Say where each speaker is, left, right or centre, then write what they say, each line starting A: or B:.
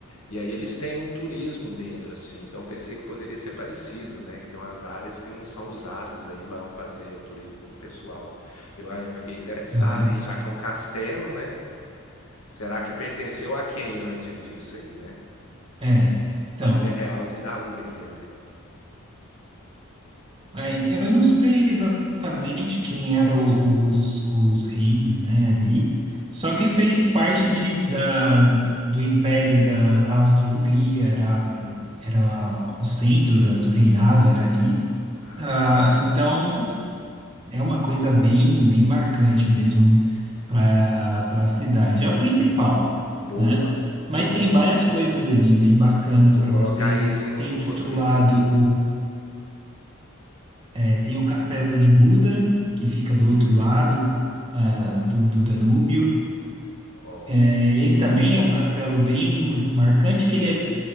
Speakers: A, on the left; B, on the right.
A: e aí eles têm um turismo dentro, assim, então pensei que poderia ser parecido, né? Que tem umas áreas que não são usadas, aí vão fazer o turismo com o pessoal. Eu, eu fiquei interessado,
B: aham,
A: hein? Já que é um castelo, né? Será que pertenceu a quem antes disso aí, né?
B: É. Então.
A: Família real de da Hungria, né?
B: Aí, eu não sei exatamente quem eram os, os reis, né, ali, só que fez parte de, da, do Império da Áustria-Hungria, era,
A: Hum.
B: era o centro da, do reinado, era ali.
A: Ah.
B: Ah, então, é uma coisa bem, bem marcante mesmo para para a cidade. É o principal,
A: Boa,
B: né? Mas
A: boa.
B: tem várias coisas ali bem bacanas
A: Vou
B: para
A: colocar
B: você.
A: esse no,
B: Tem
A: no
B: do
A: roteiro.
B: outro lado é, Tem o castelo de Buda, que fica do outro lado, ah, do, do Danúbio.
A: Ó,
B: É, ele também é um castelo bem marcante, que ele é,